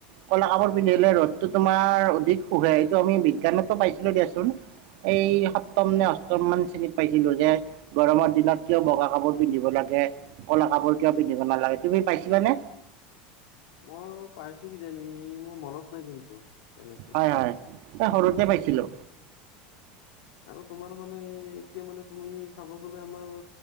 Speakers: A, on the right; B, on the left.
A: কলা কাপোৰ
B: হয়
A: পিন্ধিলে
B: হয়
A: ৰদতো তোমাৰ অধিক শুখে এইটো আমি বিজ্ঞানতো পাইছিলো।
B: হয়
A: এই সপ্তম নে অষ্টম মান চিন পাইছিলো যে গৰমৰ দিনত কিয় বগা কাপোৰ পিন্ধিব লাগে। ক'লা কাপোৰ কিয়
B: হয়
A: পিন্ধিবমান লাগে তুমি পাইছিলা নে?
B: মই পাইছো কিজানি মোৰ মনত নাই কিন্তু। তেনেকে
A: হয় হয় ত সৰুতে পাইছিলো।
B: আৰু তোমাৰ মানে এতিয়া মানে তুমি চাব গলে। মাৰ